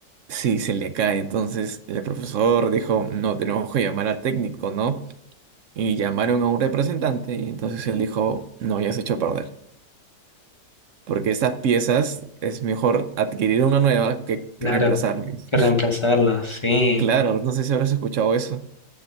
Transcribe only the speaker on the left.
Claro,
hay
que
reemplazarlas, sí.